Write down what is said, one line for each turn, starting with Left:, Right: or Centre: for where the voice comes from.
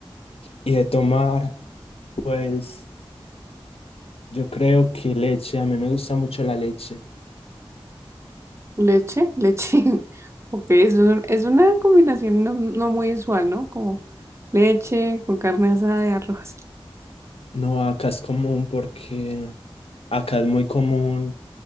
Left: Y de tomar, pues yo creo que leche, a mí me gusta mucho la leche.
Right: Leche, leche. <laughs> Ok, es, un- es una combinación no, no muy usual, ¿no? Como leche con carne asada de arroz.
Left: No, acá es común porque acá es muy común